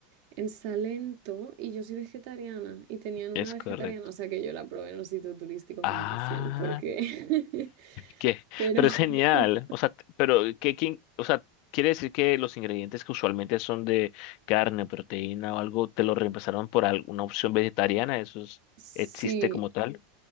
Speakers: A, on the right; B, on the left.
A: en Salento y yo soy vegetariana y tenían una
B: Es
A: vegetariana,
B: correcto.
A: o sea que yo la probé en un sitio turístico
B: Ah,
A: 100%, porque. <laughs>
B: ¿qué?
A: Pero
B: Pero
A: <laughs>
B: es genial. O sea, t- pero ¿qué, quién- o sea, quiere decir que los ingredientes que usualmente son de carne, proteína o algo, te lo reemplazaron por alguna opción vegetariana. ¿Eso es-
A: sí.
B: existe como tal?